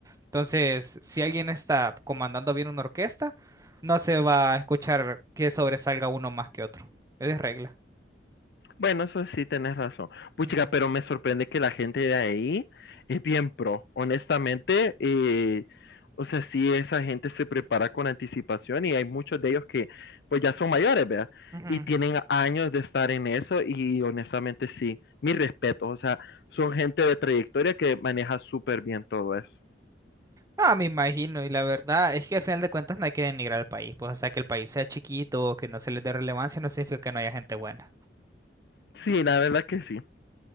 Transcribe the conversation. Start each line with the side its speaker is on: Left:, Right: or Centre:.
Right: Entonces, si alguien está comandando bien una orquesta, no se va a escuchar que sobresalga uno más que otro. Es regla.
Left: Bueno, eso sí, tenés razón. Puchica,
Right: Ujú,
Left: pero me sorprende que la gente de ahí es bien pro. Honestamente, eh, o sea, sí, esa gente se prepara con anticipación y hay muchos de ellos que pues ya son mayores, ¿verdad?
Right: ujú.
Left: Y tienen años de estar en eso y honestamente sí, Mis respetos. O sea, son gente de trayectoria que maneja súper bien todo eso.
Right: Ah, me imagino, y la verdad es que al final de cuentas no hay que denigrar al país, pues, o sea, que el país sea chiquito o que no se le dé relevancia no significa que no haya gente buena.
Left: Sí, la verdad que sí.